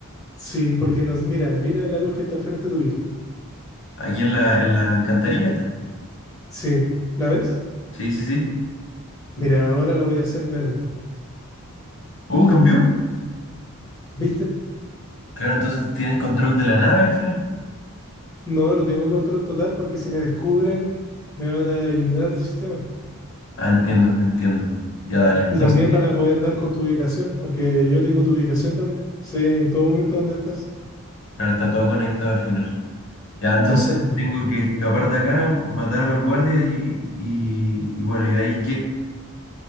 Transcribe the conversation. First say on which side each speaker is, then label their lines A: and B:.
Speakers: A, on the left (about 15°); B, on the left (about 55°).
A: Sí, porque nos, mira, mira la luz que está al frente tuyo.
B: Aquí en la, en la alcantarilla está.
A: Sí, ¿la ves?
B: Sí, sí, sí.
A: Mira, ahora la voy a hacer verde.
B: Uh, cambió.
A: ¿Viste?
B: Claro, entonces tienes control de la nave al final.
A: No, no tengo control total porque si me descubren me van a eliminar del sistema.
B: Ah, Ujú. entiendo, entiendo. Ya dale, entonces,
A: Y también van a poder dar con tu ubicación, porque yo tengo tu ubicación también. Sé en todo momento dónde estás.
B: claro, está todo conectado al final. Ya, entonces
A: Exacto.
B: tengo que escapar de acá, matar a los guardias y, y, y bueno, ¿y de ahí qué?